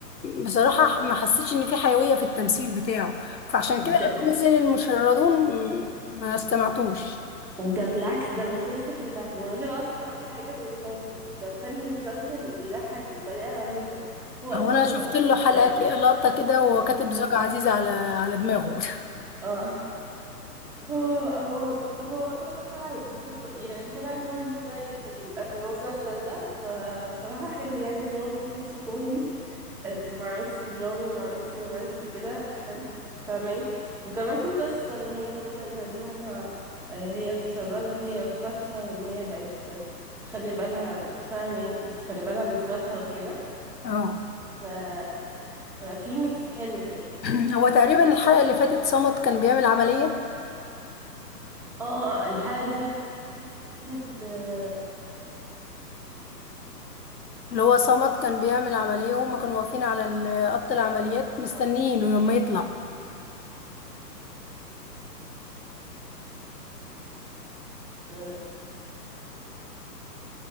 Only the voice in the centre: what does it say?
ده
ده بالعكس ده المسلسل بتاع المراجعة اصلا احلى حاجة في المسلسل ده مخلي المسلسل يضحك بطريقة رهيبة هو
اصلا
يعني
يعني
مم.
اه هو هو هو طلع دور يعني طلع كوميدي شوية في ال- في المسلسل ده فبصراحة حلو يعني ان هو في ميكس كوميدي آه، مع ميكس درامي مع ميكس رومانسي كده حلو فاهمين وكمان في قصة ان هي مثلا ان هم آه، هي اتشردت هي واخواتها وان هي بقت تخلي بالها فاهمين بتخلي بالها من اخواتها وكده
ف... ففي ميكس حلو كده
اه الحلقة اللي فاتت
آه،
آآ